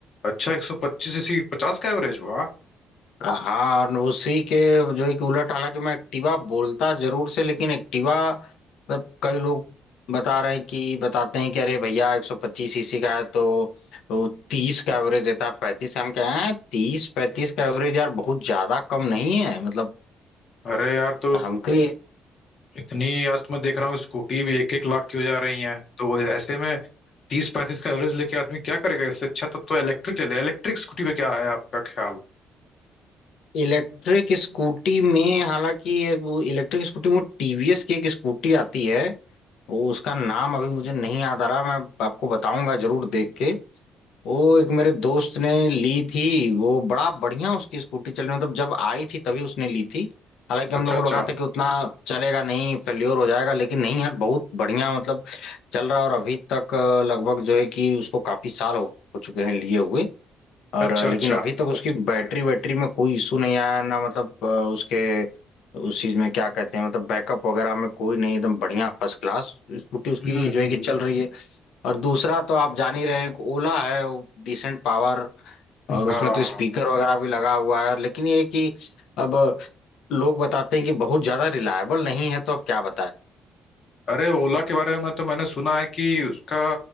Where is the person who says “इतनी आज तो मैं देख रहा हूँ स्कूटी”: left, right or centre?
Left